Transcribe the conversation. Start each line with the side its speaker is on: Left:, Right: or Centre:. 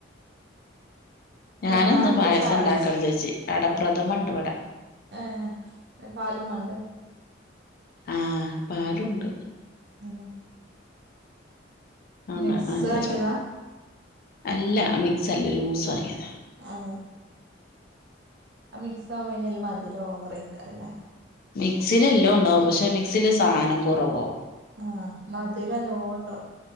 Left: ഞാനന്ന്
Right: വന്നാ അൻക്ക്
Left: പായസം
Right: ചായുട്ച്ച്
Left: ഉണ്ടാക്കണം വിചാരിച്ച് അടപ്രഥമണ്ട് വിടെ
Right: ഏ പാലുംമാണ്ടെ
Left: ആഹ് പാലുംണ്ട്
Right: ആ
Left: ഉണ്ടാക്കണം
Right: മിക്സ് വാങ്ങിയതാ
Left: വിചാരിക്കുന്നു അല്ല മിക്സ്ലലൂസ് വാങ്ങിയതാ
Right: ആഹ ആ മിക്സാവുമ്പോ അയ മധുരം ഓവറെക്കാരല്ലേ
Left: മിക്സിലെല്ലോണ്ടാവും പക്ഷെ മിക്സിൽ സാനം കുറവാവും
Right: ആഹ മധുരം നല്ലോണ്ടാവും